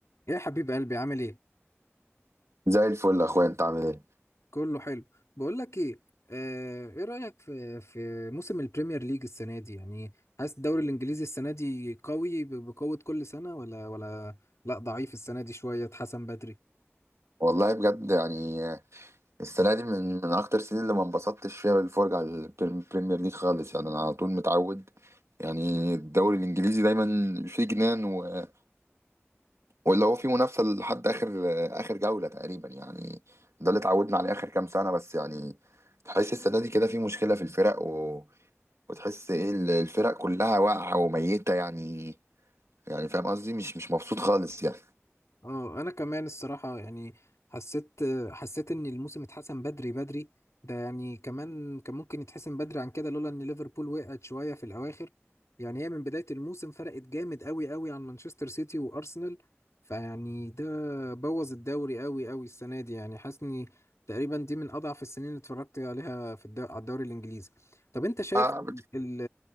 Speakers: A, on the left (about 85°); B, on the right (about 80°).
A: يا حبيب قلبي عامل ايه
B: زي الفل يا اخويا انت عامل ايه
A: كله حلو بقول لك ايه آه، ايه رأيك في في موسم البريمير ليج السنة دي يعني حاسس الدوري الانجليزي السنة دي قوي ب- بقوة كل سنة ولا ولا لا ضعيف السنة دي شوية اتحسن بدري
B: والله بجد يعني آه، السنه دي من من اكتر السنين اللي ما انبسطتش فيها بالفرجه على البريم- البريمير ليج خالص يعني انا على طول متعود يعني الدوري الانجليزي دايما فيه جنان و... واللي هو فيه منافسه لحد اخر آه، اخر جوله تقريبا يعني ده اللي اتعودنا عليه اخر كام سنه بس يعني تحس السنه دي كده في مشكله في الفرق و... وتحس ايه ال- الفرق كلها واقعه وميته يعني يعني فاهم قصدي مش مش مبسوط خالص يعني
A: اه انا كمان الصراحه يعني حسيت حسيت ان الموسم اتحسن بدري بدري ده يعني كمان كان ممكن يتحسن بدري عن كده لولا ان ليفربول وقعت شويه في الاواخر يعني هي من بدايه الموسم فرقت جامد قوي قوي عن مانشستر سيتي وارسنال فيعني ده بوظ الدوري قوي قوي السنه دي يعني حاسني تقريبا دي من اضعف السنين اللي اتفرجت عليها في الدو... على الدوري الانجليزي طب انت شايف
B: آه،
A: ال-